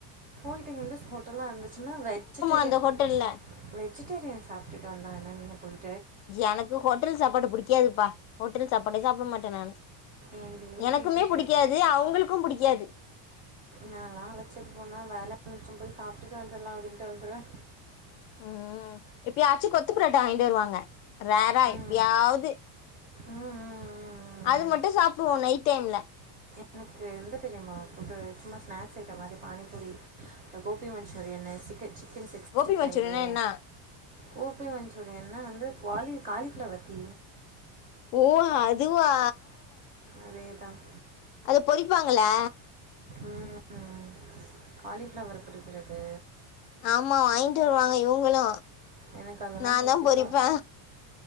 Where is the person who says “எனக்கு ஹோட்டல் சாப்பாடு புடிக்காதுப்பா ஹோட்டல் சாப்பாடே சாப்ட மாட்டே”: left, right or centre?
Left